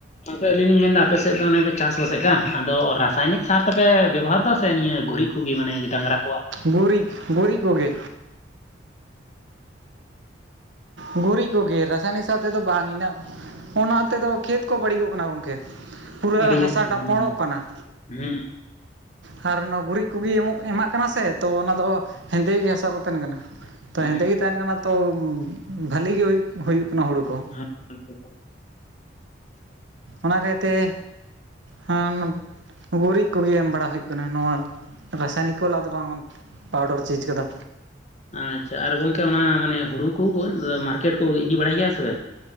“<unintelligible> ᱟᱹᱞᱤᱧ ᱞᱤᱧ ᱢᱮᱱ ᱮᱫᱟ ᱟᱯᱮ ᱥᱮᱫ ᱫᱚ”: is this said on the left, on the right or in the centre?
Left